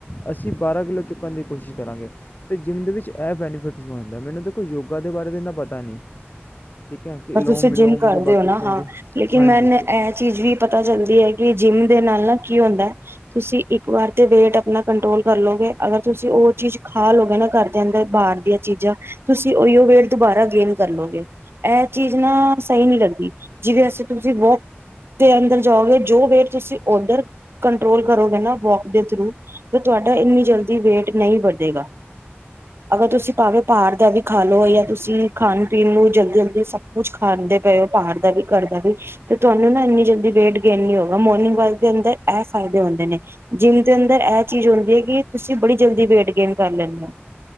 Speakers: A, on the left; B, on the right.
A: ਅਸੀਂ ਬਾਰਾਂ ਕਿੱਲੋ ਚੁੱਕਣ ਦੀ ਕੋਸ਼ਿਸ਼ ਕਰਾਂਗੇ ਅਤੇ ਜਿੰਮ ਦੇ ਵਿੱਚ ਇਹ ਬੈਨੀਫਿਟਸ ਹੋ ਜਾਂਦਾ। ਮੈਨੂੰ ਦੇਖੋ ਯੋਗਾ ਦੇ ਬਾਰੇ ਤੇਨਾ ਪਤਾ ਨਹੀਂ ਠੀਕ ਹੈ ਕਿ
B: ਪਰ
A: ਅਲੋਮ
B: ਤੁਸੀਂ
A: ਵਿਲੋਮ
B: ਜਿੰਮ ਕਰਦੇ
A: ਜੋ ਬਾਕੀ
B: ਹੋ ਨਾ
A: ਚੀਜ਼ਾਂ
B: ਹਾਂ
A: ਹੁੰਦੀਆਂ
B: ਲੇਕਿਨ
A: ਹਾਂਜੀ
B: ਮੈਨੂੰ
A: ਅਤੇ
B: ਇਹ ਚੀਜ਼ ਵੀ ਪਤਾ ਚੱਲਦੀ ਹੈ ਕਿ ਜਿੰਮ ਦੇ ਨਾਲ ਕੀ ਹੁੰਦਾ ਤੁਸੀਂ ਇੱਕ ਵਾਰ ਤੇ ਵੇਟ ਆਪਣਾ ਕੰਟਰੋਲ ਕਰ ਲੋਗੇ ਅਗਰ ਤੁਸੀਂ ਉਹ ਚੀਜ਼ ਖਾ ਲਓਗੇ ਨਾ ਘਰ ਦੇ ਅੰਦਰ ਬਾਹਰ ਦੀਆਂ ਚੀਜ਼ਾਂ ਤੁਸੀਂ ਉਹੀਓ ਵੇਟ ਦੁਬਾਰਾ ਗੇਨ ਕਰ ਲੋਗੇ ਇਹ ਚੀਜ਼ ਨਾ ਸਹੀ ਨਹੀਂ ਲੱਦੀ ਜਿਵੇਂ ਅਸੀਂ ਤੁਸੀਂ ਵੋਕ ਦੇ ਅੰਦਰ ਜਾਓਗੇ ਜੋ ਵੇਟ ਤੁਸੀਂ ਉੱਧਰ ਕੰਟਰੋਲ ਕਰੋਗੇ ਨਾ ਵੋਕ ਦੇ ਥਰੂ ਤਾਂ ਤੁਹਾਡਾ ਇੰਨੀ ਜਲਦੀ ਵੇਟ ਨਹੀਂ ਵਧੇਗਾ ਅਗਰ ਤੁਸੀਂ ਭਾਵੇਂ ਪਾਰ ਦਾ ਵੀ ਖਾ ਲਓ ਜਾਂ ਤੁਸੀਂ ਖਾਣ ਪੀਣ ਨੂੰ ਜਲਦੀ ਜਲਦੀ ਸਭ ਕੁਛ ਖਾਂਦੇ ਪਏ ਹੋ ਬਾਹਰ ਦਾ ਵੀ ਘਰ ਦਾ ਵੀ ਤੇ ਤੁਹਾਨੂੰ ਨਾ ਇਨੀ ਜਲਦੀ ਵੇਟ ਗੇਨ ਨ ਹੋਊਗਾ ਮੋਰਨਿੰਗ ਵਾਕ ਦੇ ਅੰਦਰ ਇਹ ਫਾਇਦੇ ਹੁੰਦੇ ਨੇ ਜਿੰਮ ਦੇ ਅੰਦਰ ਇਹ ਚੀਜ਼ ਹੁੰਦੀ ਹੈ ਕਿ ਤੁਸੀਂ ਬੜੀ ਜਲਦੀ ਵੇਟ ਗੇਨ ਕਰ ਲੈਂਦੇ ਹੋ